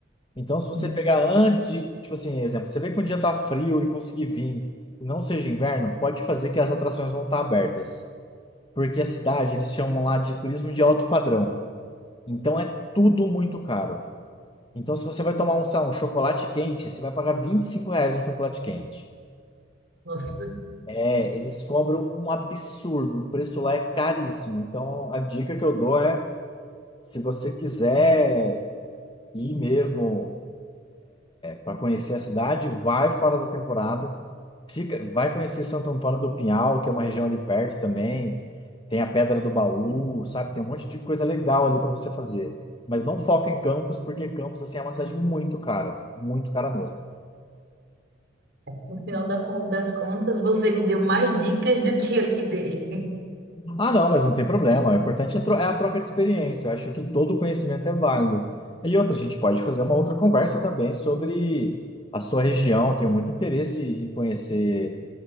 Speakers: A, on the left; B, on the right.
A: Então,
B: Sim.
A: se você pegar antes de, tipo assim, exemplo, você vê que um dia tá frio e conseguir vir, e não seja inverno, pode fazer que as atrações vão estar abertas. Porque a cidade, eles chamam lá de turismo de alto padrão. Então, é tudo muito caro. Então, se você vai tomar um, sei lá, um chocolate quente, você vai pagar 25 reais no chocolate quente.
B: Nossa,
A: É, eles cobram um absurdo. O preço lá é caríssimo. Então, a dica que eu dou é, se você quiser ir mesmo para conhecer a cidade, vai fora da temporada. Fica, vai conhecer Santo Antônio do Pinhal, que é uma região ali perto também. Tem a Pedra do Baú, sabe? Tem um monte de coisa legal ali para você fazer. Mas não foca em Campos, porque Campos assim é uma cidade muito cara, muito cara mesmo.
B: no final da con- das contas, você me deu mais dicas do que eu te dei.
A: Ah, não, mas não tem problema. O importante é tro- é a troca de experiência. Eu acho que todo conhecimento é válido. E outra, a gente pode fazer uma outra conversa também sobre a sua região. Eu tenho muito interesse em conhecer